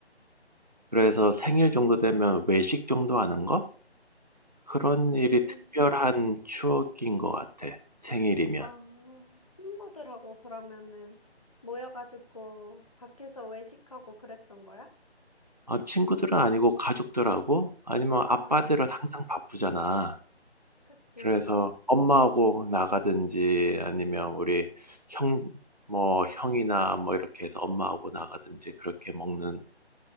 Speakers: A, on the right; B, on the left.
A: 그래서 생일 정도 되면 외식 정도 하는 거? 그런
B: 음,
A: 일이 특별한 추억인 것 같아. 생일이면.
B: 아, 친구들하고 그러면은 모여가지고 밖에서 외식하고 그랬던 거야?
A: 어, 친구들은 아니고 가족들하고 아니면 아빠들은
B: 아,
A: 항상 바쁘잖아.
B: 그치.
A: 그래서 엄마하고 나가든지 아니면 우리 형, 뭐 형이나 뭐 이렇게 해서 엄마하고 나가든지 그렇게 먹는